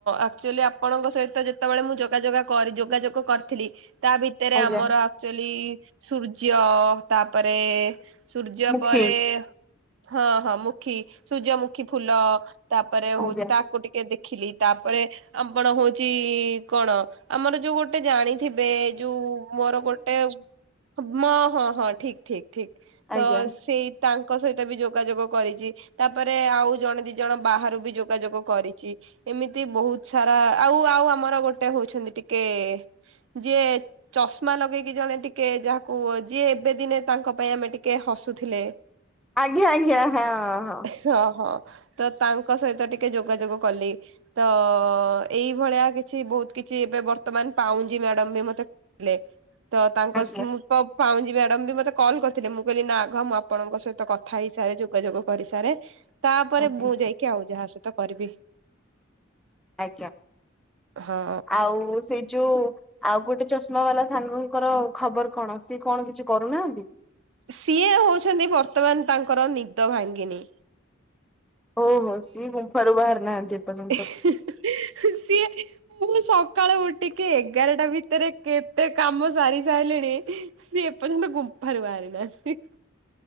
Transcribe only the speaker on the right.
ଆକ୍ଚୁଆଲି ଆପଣଙ୍କ ସହିତ ଯେତେବେଳେ ମୁଁ ଯୋଗାଯୋଗ କରି ଯୋଗାଯୋଗ କରିଥିଲି। ତା ଭିତରେ
ଆମର ଆକ୍ଚୁଆଲି ସୂର୍ଯ୍ୟ ତାପରେ ସୂର୍ଯ୍ୟ
ପରେ ହଁ ହଁ ମୁଖୀ ସୂର୍ଯ୍ୟମୁଖୀ ଫୁଲ। ତାପରେ ହଉଛି
ତାକୁ ଟିକେ ଦେଖିଲି ତାପରେ ଆପଣ ହଉଛି କଣ ଆମର ଯୋଉ ଗୋଟେ ଜାଣି ଥିବେ ଯୋଉ ମୋର ଗୋଟେ ମା ହଁ ହଁ ଠିକ ଠିକ। ଠିକ ତ
ସେଇ ତାଙ୍କ ସହିତ ବି ଯୋଗାଯୋଗ କରିଛି ତାପରେ ଆଉ ଜଣେ ଦି ଜଣ ବାହାରୁ ବି ଯୋଗାଯୋଗ କରି ଏମିତି ବହୁତ ସାରା ଆଉ ଆଉ ଆମର ଗୋଟେ ହଉଛନ୍ତି ଟିକେ ଯେ ଚଷମା ଲଗେଇକି ଜଣେ ଟିକେ ଯାହାକୁ ଯିଏ ଏବେ ଦିନେ ତାଙ୍କ ପାଇଁ ଆମେ ଟିକେ ହସୁଥିଲେ।
ସ ହଁ ତ ତାଙ୍କ ସହିତ ଟିକେ ଯୋଗାଯୋଗ କଲି। ତ ଏଇଭଳିଆ କିଛି ବହୁତ୍ କିଛି ଏବେ ବର୍ତ୍ତମାନ ପାଉଁଜି ମ୍ୟାଡାମ୍ ବି ମତେ। ଥିଲେ ତ ତାଙ୍କ
ସ୍ମୃ ପାଉଁଜି ମ୍ୟାଡାମ୍ ବି ମତେ କଲ୍ କରିଥିଲେ ମୁଁ କହିଲି ନା ଘ ମୁଁ ଆପଣଙ୍କ ସହିତ କଥା ହେଇସାରେ ଯୋଗାଯୋଗ। କରିସାରେ ତାପରେ
ମୁଁ ଯାଇକି ଆଉ ଯାହା ସହିତ କରିବି।
ହଁ।
ସିଏ ହଉଛନ୍ତି ବର୍ତ୍ତମାନ ତାଙ୍କର ନିଦ ଭାଙ୍ଗିନୀ।
<unintelligible> ସିଏ ମୁଁ ସକାଳୁ ଉଠିକି ଏଗାରଟା ଭିତ ଭିତରେ କେତେ କାମ ସାରି ସାରିଲେଣି ସିଏ ଏପର୍ଯ୍ୟନ୍ତ ଗୁମ୍ଫାରୁ ବାହାରି ନାହାନ୍ତି।